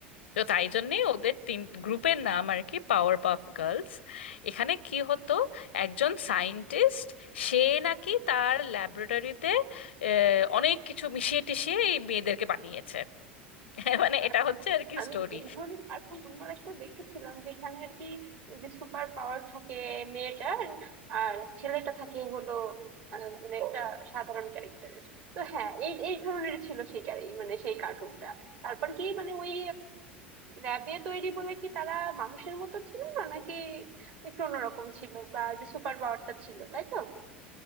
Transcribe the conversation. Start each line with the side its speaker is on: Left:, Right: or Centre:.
Left: তো তাই জন্যেই ওদের তিন গ্রুপের নাম আর কি পাওয়ার পাফ গার্লস এখানে কি হতো একজন সায়েন্টিস্ট সে নাকি তার ল্যাবরেটরিতে অনেক কিছু মিশিয়ে টিশিয়ে এই মেয়েদেরকে বানিয়েছে <laughs>
Right: আচ্ছা
Left: মানে এটা
Right: আচ্ছা
Left: হচ্ছে আর কি
Right: আমি
Left: স্টোরি
Right: এই ধরনের কার্টুন অন্য একটা দেখেছিলাম যেখানে আর কি এই যে সুপার পাওয়ার থাকে মেয়েটার আর ছেলেটা থাকে হলো আহ, মানে একটা সাধারণ ক্যারেক্টারের তো হ্যাঁ এই এই ধরনের ছিল সেই ক্যারে মানে সেই কার্টুনটা তারপর কি মানে ওই র্যাবে তৈরি বলে কি তারা মানুষের মতো ছিল না নাকি একটু অন্যরকম ছিল বা যে সুপার পাওয়ারটা ছিল তাই তো